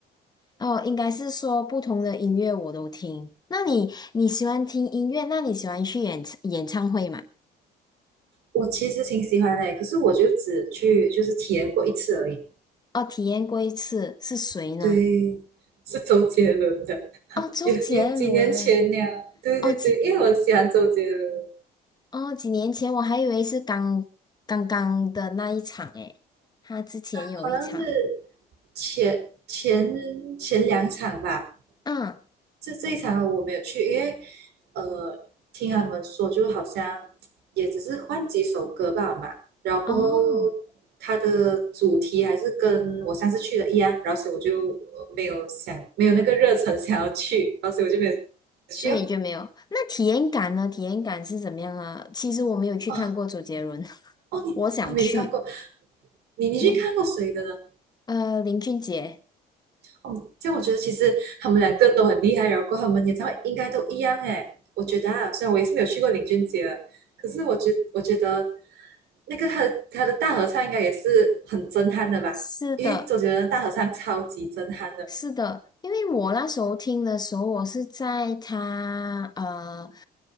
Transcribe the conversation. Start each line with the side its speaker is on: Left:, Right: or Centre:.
Left: 哦，应该是说不同的音乐我都听。那你你喜欢听音乐，那你喜欢去演唱演唱会吗？
Right: 我其实挺喜欢的，可是我就只去就是体验过一次而已。
Left: 哦，体验过一次，是谁呢？
Right: 对，是周杰伦的，
Left: 哦，周杰伦。
Right: 也也几年前了。对对对，
Left: 哦，杰。
Right: 因为我很喜欢周杰伦。
Left: 哦，几年前我还以为是刚刚刚的那一场诶，他之前有一场，
Right: 好像是前前前两场吧，
Left: 嗯，
Right: 这这一场我没有去，因为呃，听他们说就好像也只是换几首歌吧嘛，然后过后它的主题还是跟我上次去的一样，
Left: 哦，
Right: 然后所以我就呃没有想没有那个热忱想要去，然后所以我就没有去哦。
Left: 所以就没有。那体验感呢？体验感是怎么样啊？其实我没有去看过周杰伦，
Right: 哦
Left: <laughs>
Right: 哦，你哦你没去看过，
Left: 我想去。
Right: 你你去看过谁的呢？
Left: 没，呃，林俊杰，
Right: 哦，这样我觉得其实他们两个都很厉害，然后过后他们演唱会应该都一样诶。我觉得啊，虽然我也是没有去过林俊杰，可是我觉我觉得那个他的他的大合唱应该也是很震撼的吧？
Left: 是的，
Right: 因为总觉得大合唱超级震撼的，
Left: 是的，因为我那时候听的时候，我是在他呃，